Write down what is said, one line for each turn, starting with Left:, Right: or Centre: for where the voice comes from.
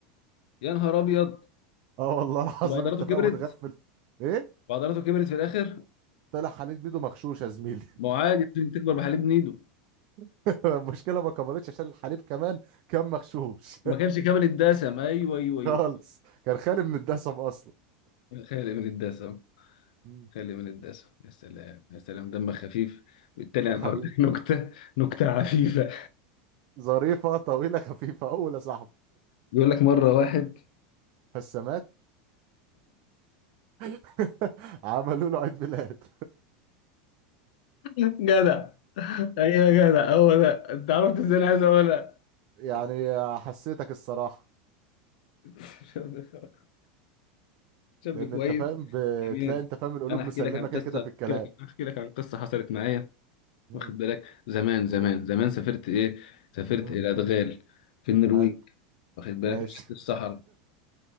Left: يا نهار ابيض
Right: <laughs> اه والله العظيم
Left: طب عضلاته
Right: انت
Left: كبرت
Right: فاهم متغفل ايه
Left: وعضلاته كبرت في الاخر
Right: طلع حليب نيدو مغشوش يا زميلي
Left: ما هو عادي ممكن تكبر بحليب نيدو
Right: <laughs> المشكله ما كبرتش عشان الحليب كمان كان مغشوش
Left: ما كانش كامل الدسم ايوه
Right: <laughs>
Left: ايوه ايوه
Right: خالص كان خالي من الدسم اصلا
Left: خالي من الدسم
Right: مم.
Left: خالي من الدسم يا سلام يا سلام دمك خفيف بالتالي انا
Right: حبيبي
Left: هقول لك نكته نكته عفيفه
Right: ظريفه طويله خفيفه اول يا صاحبي
Left: بيقول لك مره واحد
Right: فالسمات <laughs> عملوا له عيد ميلاد
Left: <laughs> جدع ايوه يا جدع هو ده انت عرفت ازاي انا عايز اقولها
Right: <laughs> يعني حسيتك الصراحه
Left: <laughs> شاب
Right: لان
Left: كويس
Right: انت فاهم بتلاقي
Left: جميل
Right: انت فاهم القلوب
Left: انا احكي
Right: مسلمه
Left: لك عن
Right: كده
Left: قصه
Right: كده في الكلام
Left: احكي لك احكي لك عن قصه حصلت معايا
Right: امم
Left: واخد بالك زمان زمان
Right: اوه
Left: زمان سافرت ايه سافرت
Right: امم
Left: الى ادغال في النرويج
Right: حلو
Left: واخد بالك
Right: ماشي
Left: مشيت
Right: <laughs>
Left: في الصحراء انت